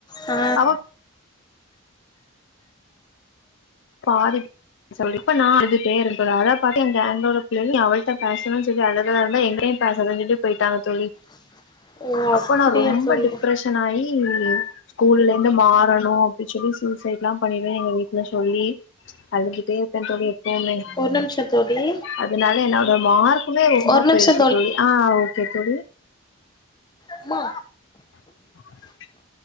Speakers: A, on the left; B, on the left.
A: அ
B: அவ பாதிப் சொல்லி இப்ப நான் அழுதுட்டே இருக்றேன் அத பாத்து எ கேங்கோட புள்ள அவளிட்ட பேசனும்னு சொல்லி அழுரதா இருந்தா எங்க பேசாத சொல்லி போயிட்டாங்க தோழி
A: <inaudible> அப்டியா
B: அப்ப நா ரொம்ப
A: தோழி
B: டிப்ரஷ <unintelligible> ஆயி ஸ்கூல்ல இருந்து மாறணு அப்டின்னு சொல்லி சூசைட் எல்லா பண்ணிடுவே எங்க வீட்டுல சொல்லி அழுதுக்கிட்டே இருப்பே தோழி எப்பவுமே
A: ஒரு நிமிஷோ தோழி
B: அதனால என்னோட மார்க்குமே ரொம்ப
A: ஒரு நிமிஷோ
B: பெருசு தோழி அ அ ஒ <unintelligible>
A: அம்மா
B: <inaudible>